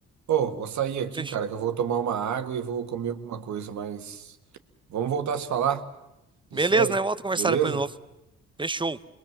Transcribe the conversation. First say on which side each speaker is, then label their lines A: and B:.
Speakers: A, on the right; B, on the right.
A: Pô, vou sair aqui,
B: Fechou.
A: cara, que eu vou tomar uma água e vou comer alguma coisa, mas vamos voltar a se falar de
B: Beleza,
A: série,
B: né? Volto a conversar
A: beleza?
B: depois de novo. Fechou.